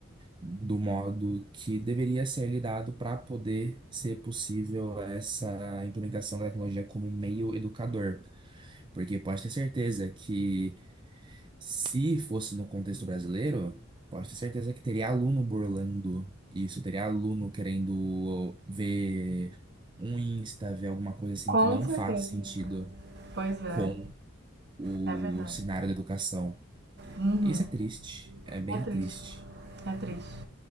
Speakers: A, on the right (about 25°); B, on the right (about 55°).
A: do modo que deveria ser lidado para poder ser possível essa implementação da tecnologia como um meio educador. Porque pode ter certeza que Se fosse no contexto brasileiro, pode ter certeza que teria aluno burlando isso, teria aluno querendo ver um Insta, ver alguma coisa assim
B: Com
A: que não
B: certeza.
A: faz sentido
B: Pois é,
A: com o
B: é verdade.
A: cenário da educação.
B: Uhum,
A: Isso é triste, é bem
B: É triste,
A: triste.
B: é triste.